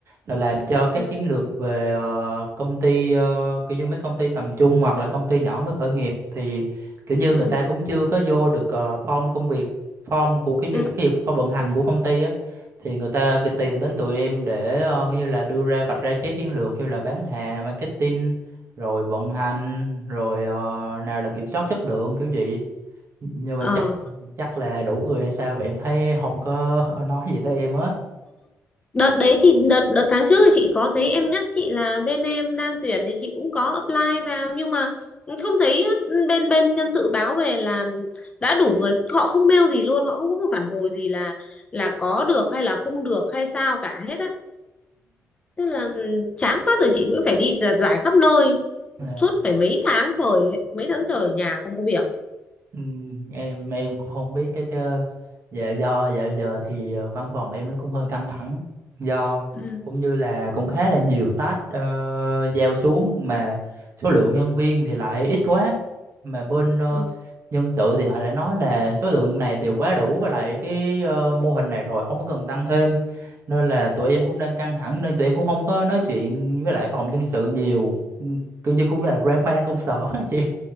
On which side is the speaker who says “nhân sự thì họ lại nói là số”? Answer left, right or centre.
Right